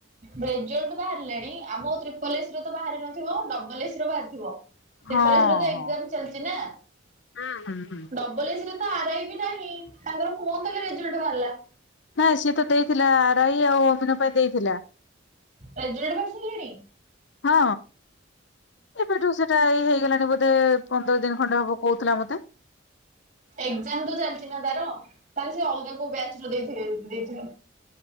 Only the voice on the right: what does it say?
ରେଜଲ୍ଟ ବାହାରିଲାଣି ଆମର ତ୍ରିପଲ ଏସ୍ ର ତ ବାହାରି ନଥିବ ଡ଼ବଲ ଏସ୍ ର ବାହାରିଥିବ।
ତ୍ରିପଲ ଏସ୍ ର ତ ଏକ୍ସାମ୍
ଚାଲିଚି ନା
ଡବଲ୍ ଏସ୍ ତ ଆରାଇ ବି ନାହିଁ ତାଙ୍କ କୋଉତିରେ ରେଜଲ୍ଟ ବାହାରିଲା।
ରେଜଲ୍ଟ ବାହାରି ସାରିଲାନି।
ଏକ୍ଜାମ ତ ଚାଲିଛି ନା ତାର ତାହେଲେ ସେ ଅଲଗା କୋଉ ବ୍ୟାଚ ର ଦେଇ ଦେଇଥିବେ